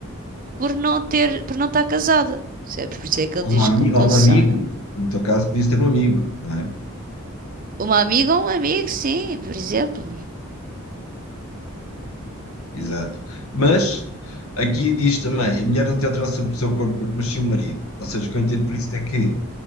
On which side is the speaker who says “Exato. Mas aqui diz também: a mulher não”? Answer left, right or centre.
Left